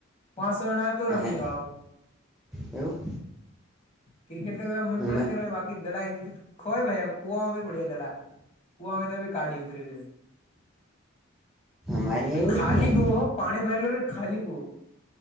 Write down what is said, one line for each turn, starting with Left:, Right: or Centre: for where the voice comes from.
Left: પાંચસો જણા તો
Centre: હે
Left: રમી વાળો
Centre: એવું.
Left: ક્રિકેટ તો વા મન
Centre: અમા-
Left: પડે ત્યારે વાત. કી દડા એમ ખોઈ ભાઈ આમ કુવામાંબી પડ્યા દડા કુવામાં કાઢી ઉથરી દે.
Centre: અમારે
Left: તે
Centre: એવું
Left: ખાલી
Centre: નહીં
Left: કુવો હુ પાણી ભરલો નહીં ખાલી કૂવો.